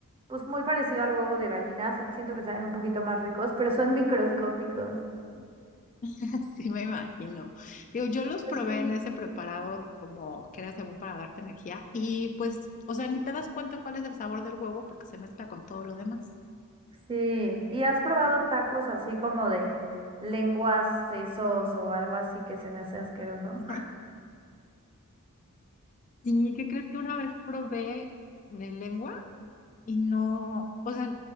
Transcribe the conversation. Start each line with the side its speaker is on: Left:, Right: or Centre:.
Right: pues muy parecido al huevo de gallinas. Siento que saben un poquito más ricos, pero son <laughs> microscópicos.
Left: <laughs> Sí, me imagino. Digo, yo los
Right: Oye,
Left: probé en ese preparado como que era según para darte energía y pues, o sea, ni te das cuenta cuál es el sabor del huevo porque se mezcla con todo lo demás.
Right: Sí, ¿y has probado tacos así como de lenguas, sesos o algo así que se me hace asqueroso?
Left: <laughs>
Right: <laughs>
Left: Ay, sí, ¿qué crees que una vez probé de lengua y no, o sea,